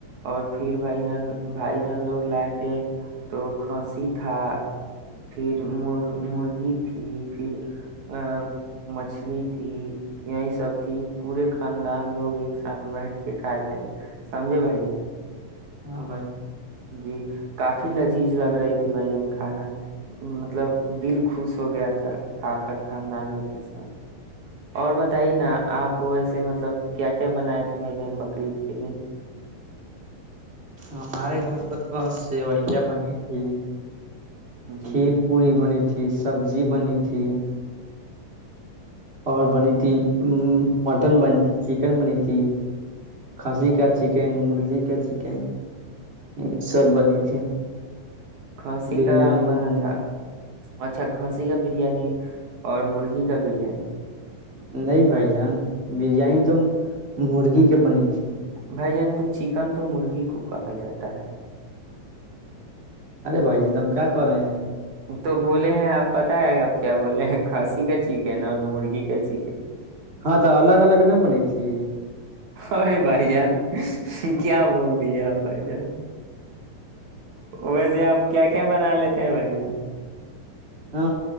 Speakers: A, on the right; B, on the right.
A: اور پھر بھائی جان بھائی جان لوگ لائے تھے تو کھانسی تھا پھر م مرغی تھی پھر ا مچھلی تھی یہی سب تھی پورے خاندان لوگ ایک ساتھ بیٹھ کے کھائے تھے سمجھے بھائی جان
B: ہاں بھائی جان
A: جی <inaudible> کافی لذیذ لگ رہی تھی بھ جن کھانا مطلب دل خوش ہو گیا تھا کھا کر خاندان لوگ کے ساتھ <inaudible> اور بتائیے نا آپ وہ ویسے مطلب کیا کیا بناائے تھے بھائی جان بقرید کے دن
B: ہمارے گھر پ تو سوئیاں بنی تھی <inaudible>
A: جی
B: کر پوری تھی سبزی بنی تھی اور بنی تھی مٹن بنی تھی چکن بنی تھی کھانسی کا چکن مرغی کا چکن یہ سب بنی تھی
A: کھانسی
B: بریانی
A: کا بنا
B: بھی بنی
A: تھا
B: تھی
A: اچھا کھانسی کا بریانی اور مرغی کا بریانی
B: نہیں بھائی جان بریانی تو مرغی کے بنی تھی
A: بائی جان تو چکن تو مرغی کو کہا جاتا ہے
B: ارے بھائی جان تم کیا کر رہے ہیں
A: تو بولے ہیں آپ پت ہے آپ کیا بولے ہیں کھانسی کا چکن اور مرغی کا چکن
B: ہاں تو الگ الگ نہ بنی تھی
A: ارے بھائی جان کیا بول دیا بھ جن ویسے آپ کیا کیا بنا لیتے ہیں بھ جان ہ
B: ہ